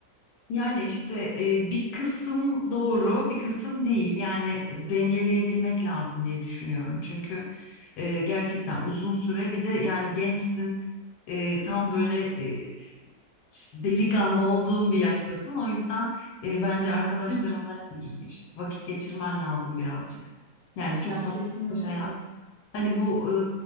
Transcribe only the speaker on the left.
Yani işte e, bir kısım doğru, bir kısım değil. Yani dengeleyebilmek lazım diye düşünüyorum. Çünkü e, gerçekten uzun süre bir de yani gençsin, e, tam böyle e, delikanlı olduğun bir yaştasın. O yüzden e, bence arkadaşlarınla
vakit geçirmen lazım birazcık. Yani
çok da
fazla şey Hani bu e,